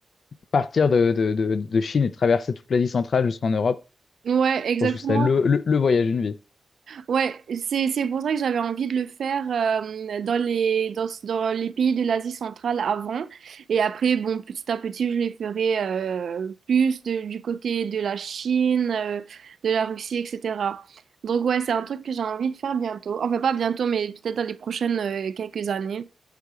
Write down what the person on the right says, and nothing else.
Ouais, exactement.
Ouais, c'est c'est pour ça que j'avais envie de le faire euh, dans les dans, dans les pays de l'Asie centrale avant et après bon petit à petit je les ferai euh, plus de- du côté de la Chine, euh, de la Russie etc. Donc ouais c'est un truc que j'ai envie de faire bientôt. Enfin pas bientôt mais peut-être dans les prochaines euh, quelques années